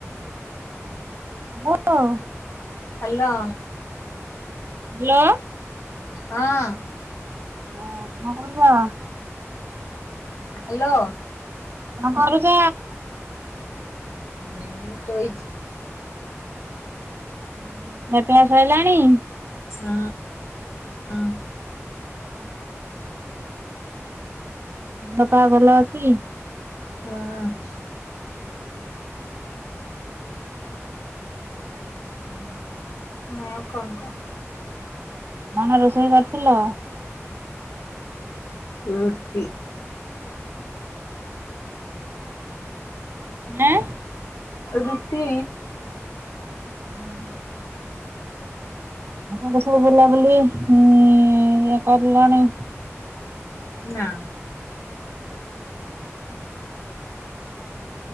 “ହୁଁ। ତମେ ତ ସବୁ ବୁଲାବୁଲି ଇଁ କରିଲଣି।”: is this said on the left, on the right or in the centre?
Right